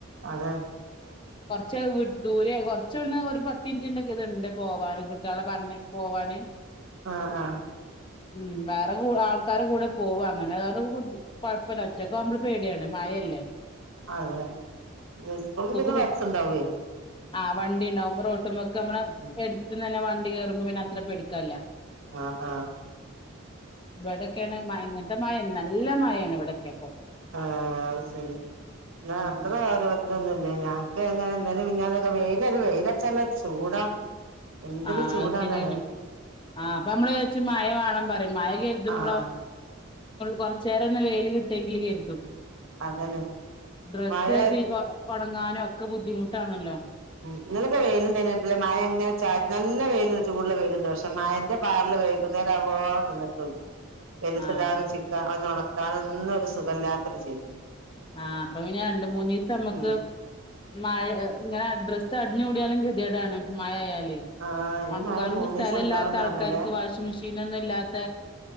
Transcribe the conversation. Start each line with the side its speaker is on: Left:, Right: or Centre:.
Right: അതെ
Left: കുറച്ച് ദൂരെ കുറ കൊച്ച ഒരു പത്തിഞ്ചിന്റെ ഒക്കെ ഇത്ണ്ട് പോവാന് കുട്ടികളെ പറ പോവാന്.
Right: ആഹ് ആഹ്
Left: ഉം വേറെ ക ആൾക്കാർ കൂടെ പോവും അങ്ങനെ കുഴപ്പല്ല ഒറ്റക്കാവുമ്പൾ പേടിയാണ്. മയയല്ലേ.
Right: അതെ സ്കൂൾക്ക് പിന്നെ
Left: പി
Right: ബസ്സ ഉണ്ടാവെ.
Left: ആഹ് വണ്ടിണ്ടാവുമ്പോ റോട്ടുമൊക്കെ നമ്മള്
Right: ഉം
Left: എടുത്ത് തന്നെ വണ്ടി കേയറുമ്പോ പിന്നെ അത്ര പേടിക്കല്ല.
Right: ആഹ് ആഹ്
Left: ഇവിടൊക്കെയാണ് മഴ ഇങ്ങനത്തെ മഴ നല്ല മഴാണ് ഇവിടൊക്കെ. ഇപ്പൊ
Right: ആഹ് അത് ശരി ന്നാ
Left: ഉം
Right: അത്ര അ തൊന്നുംല്ലേ ഞങ്ങക്ക് എങ്ങനെ ഇന്നലേം മിനിഞ്ഞാക്കെ വെയിലഒരു വെയിലൽച്ചല്ല ചൂടാ എന്തൊരു
Left: ആഹ്
Right: ചൂടാണറിയ.
Left: അത് ശരിയാണ് ആഹ് അപ്പൊ നമ്മള് ചോച്ച് മഴ വേണം പറയും മഴ കരുതുമ്പോളോ
Right: ആഹ്
Left: കൊറച്ചേര ഒന്ന് വെല് കിട്ടിയെങ്കിൽ കരു
Right: അതന്നെ
Left: ഡ്രസ്സ്
Right: മഴ
Left: ഉണങ്ങാനും ഒക്കെ ബുദ്ധിമുട്ടാണല്ലോ.
Right: നിങ്ങളൊക്കെ വെയിലുണ്ടട്ട മഴ അങ്ങനെ ച നല്ല വെയിലുണ്ട് ചൂടുള്ള വെയിലുണ്ട് പക്ഷെ മഴന്റെ പാറൽ വൈകു ാവ <unintelligible> ന്നിട്ടൂല്ല വലുത്തിടാനും
Left: ആഹ്
Right: ചിക്ക അവന ഉണക്കാനുംഒന്നും ഒരു സുഖമല്ലാത്തൊരു ചെയ്ല.
Left: ആഹ് അപ്പൊ പിന്ന രണ്ട മൂന്ന് ദിവസം നമ്മുക്ക്
Right: ഉം
Left: മയ ഇങ്ങനെ ഡ്രസ്സ് അടിഞ്ഞ കൂടിയാലെങ്ക ഗതേടാണ് മായാലും.
Right: ആഹ് ഈ
Left: ഓണക്കാനും
Right: മഴ മൂന്നീസം
Left: സ്ഥലം ഇല്ലാത്ത
Right: ഉണ്ടാവുംന്ന്
Left: ആൾക്കാർക്ക്
Right: പറഞ്ഞല്ലേ
Left: വാഷിംഗ മെഷീനൊന്നും ഇല്ലാത്ത